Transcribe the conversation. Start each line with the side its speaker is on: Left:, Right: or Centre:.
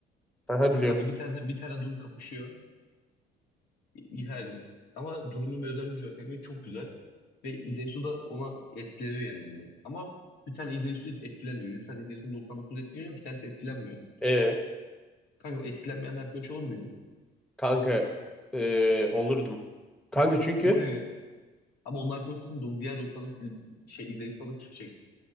Centre: Aha biliyorum.
Left: Kanka bir tane bir tane Duru kapışıyor. İ- Yani. Ama Duru'nun bir özel gücü var kanka. Çok güzel. Ve İzey Su da ona etkileniyor yani ondan. Ama bir tane İzey Su etkilemiyor. 100 tane İzey Su 99 etkileniyor. Bir tanesi etkilenmiyor.
Centre: Ee,
Left: Kanka o etkilenmeyen arkadaş olur muydu?
Centre: kanka ee, olurdum. Kanka çünkü
Left: Ama kanka ama onlar konusunda do- diğer 90'lık dil- şey izleyip sonra şey.